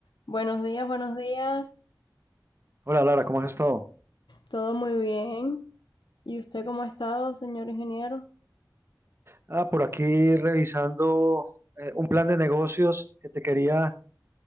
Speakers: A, on the left (about 85°); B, on the right (about 35°).
A: Buenos días, buenos días.
B: Hola Lara, ¿cómo has estado?
A: Todo muy bien. ¿Y usted cómo ha estado, señor ingeniero?
B: Ah, por aquí revisando eh, un plan de negocios que te quería,